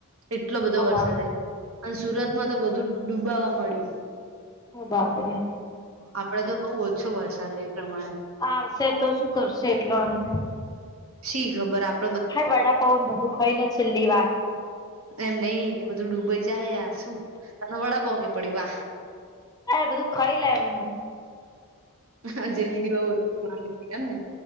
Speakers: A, on the right; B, on the left.
A: એટલો બધો
B: ઓ બાપ
A: વરસાદ આઈ ગયો અને સુરત માં તો બધું ડૂબાવા મળડ્યું.
B: ઓ બાપ રે
A: આપડે તો બહુ ઓછો વરસાદ એ પ્રમાણે
B: આવશે તો શું કરશે એટલોની
A: શી ખબર આપ
B: હેડ વડાપાવ ને બધું ખઈ લે છેલ્લી વાર
A: એમ નહ એ બધું ડૂબઈ જાય યાર શું ત વડાપાવ ની પડી વાહ
B: બધું ખાઈ લે એમ
A: હા જિંદગી બહુ ઓછી માણી છે એમ ને